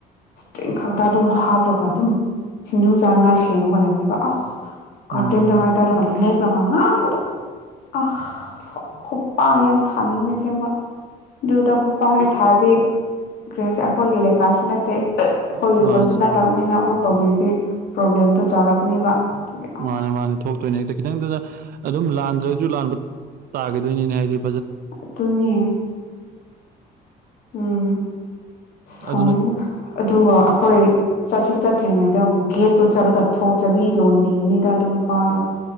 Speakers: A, on the left; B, on the right.
A: ꯏꯁꯇꯔꯤꯦꯡ ꯈꯛꯇ ꯑꯗꯨꯝ ꯍꯥꯞꯂꯒ ꯑꯗꯨꯝ ꯁꯤꯡꯖꯨ ꯆꯥꯟꯉ ꯁꯦꯟꯕꯒ ꯂꯩꯕꯅꯦꯕ ꯑꯁ ꯀꯊꯤꯟꯗ
B: ꯎꯝ
A: ꯍ ꯇꯔꯒꯂ ꯉꯥꯡꯕꯗꯣ ꯑꯁ ꯈꯨꯄꯥꯡ ꯌꯥꯝ ꯊꯥꯅꯤꯡꯅꯁꯦꯡꯕ ꯑꯗꯨꯗ ꯈꯨꯄꯥꯛ ꯍꯩ ꯊꯥꯗꯤ ꯒ꯭ꯔꯦꯍꯁꯦ ꯑꯩꯈꯣꯏꯒꯤ ꯂꯩꯀꯥꯏꯁꯨ ꯅꯠꯇꯦ ꯑꯩꯈꯣꯏꯒꯤ
B: ꯃꯥꯅꯦ
A: ꯈꯨꯣꯟꯁꯨ ꯅꯠꯇꯕꯅꯤꯅ ꯑꯃꯨꯛ ꯇꯧꯕꯤꯔꯗꯤ ꯄ꯭ꯔꯣꯕ꯭ꯂꯦꯝꯗꯣ ꯆꯥꯎꯔꯛꯀꯅꯦꯕ ꯑꯗꯨꯒꯤ ꯑ
B: ꯃꯥꯅꯦ ꯃꯥꯅꯦ ꯊꯣꯛꯇꯣꯏꯅꯦ ꯍꯦꯛꯇ ꯈꯤꯇꯪꯇꯗ ꯑꯗꯨꯝ ꯂꯥꯟꯗ꯭ꯔꯁꯨ ꯂꯥꯟꯕ ꯇꯥꯒꯗꯣꯏꯅꯤꯅꯦ ꯍꯥꯏꯗꯤ <inaudible>
A: ꯑꯗꯨꯅꯦ ꯎꯝ ꯁꯥꯎꯅꯤꯡ
B: ꯑꯗꯨꯅ
A: ꯑꯗꯨꯒ ꯑꯩꯈꯣꯏ ꯆꯠꯁꯨ ꯆꯠꯇ꯭ꯔꯤꯉꯩꯗ ꯒꯦꯠꯇꯣ ꯆꯠꯂꯒ ꯆꯕꯤ ꯂꯣꯟꯕꯤꯕꯅꯤꯗ ꯑꯗꯨ ꯅꯨꯄꯥꯗꯣ